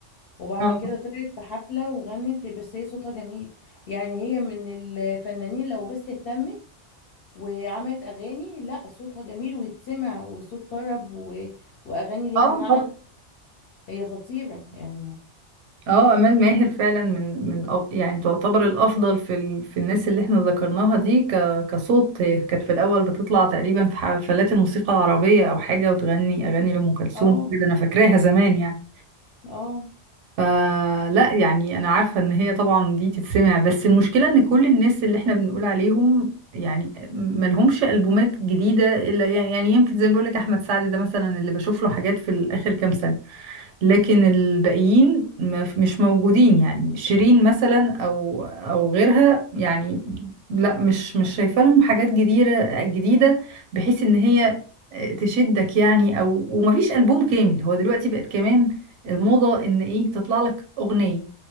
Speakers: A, on the left; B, on the right.
A: وبعد
B: اه
A: كده طلعت في حفلة وغنت بس هي صوتها جميل يعني هي من الفنانين لو بس اهتمت وعملت أغاني لا صوتها جميل ويتسمع وصوت طرب و... وأغاني ليها
B: اه
A: معنى هي خطيرة يعني
B: اه امال ماهر فعلا من من أ- يعني تعتبر الافضل في ال... في الناس اللي احنا ذكرناها دي ك... كصوت هي كانت في الاول بتطلع تقريبا في حفلات الموسيقى العربيه او حاجه وتغني اغاني لام كلثوم
A: اه
B: كده انا فاكراها زمان يعني
A: اه
B: فلا يعني انا عارفه ان هي طبعا دي تتسمع بس المشكله ان كل الناس اللي احنا بنقول عليهم يعني ملهمش البومات جديده الا يعني يعني يمكن زي ما بقول لك احمد سعد ده مثلا اللي بشوف له حاجات في الاخر كام سنه لكن الباقيين ما ف- مش موجودين يعني شيرين مثلا او او غيرها يعني لا مش مش شايفه لهم حاجات جديده جديده بحيث ان هي آه، تشدك يعني او ومفيش البوم كامل هو دلوقتي بقت كمان الموضه ان ايه تطلع لك اغنيه